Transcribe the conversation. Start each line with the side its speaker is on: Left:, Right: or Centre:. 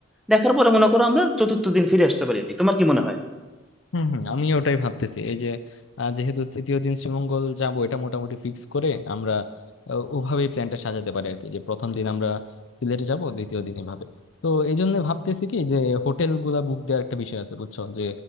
Centre: দেখার পরে মনে করো আমরা চতুর্থ দিন ফিরে আসতে পারি তোমার কি মনে হয়
Left: হম হম আমি ওটাই ভাবতেছি এই যে আহ, যেহেতু তৃতীয় দিন শ্রীমঙ্গল যাব এটা মোটামুটি ফিক্স করে আমরা আহ, ওভাবেই প্ল্যানটা সাজাতে পারি আর কি যে প্রথম দিন আমরা সিলেটে যাব দ্বিতীয় দিন এভাবে তো এই জন্য ভাবতেছি কি যে হোটেল গুলা বুক দেওয়ার একটা বিষয় আছে বুঝছো যে